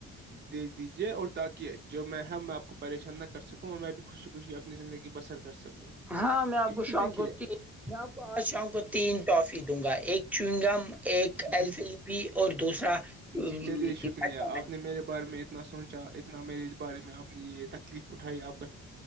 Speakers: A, on the right; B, in the centre.
A: دے دیجیے اور تاکہ جو میں ہ میں آپ کو پریشان نہ کر سکوں اور میں بھی خوشی خوشی اپنی زندگی بسر کر سکوں
B: ہاں میں آپ
A: کیونکہ
B: کو شام
A: دیکھیے
B: کو میں آپ کو آج شام کو تین ٹافی دوں گا ایک چوئ گا ایک ایل
A: جی
B: فلپی اور دوسرا ام،
A: جی چلیے شکریہ آپ نے میرے بارے میں اتنا سوچا اتنا میرے اس بارے میں آپ نے یہ تکلیف اٹھائی آپ نے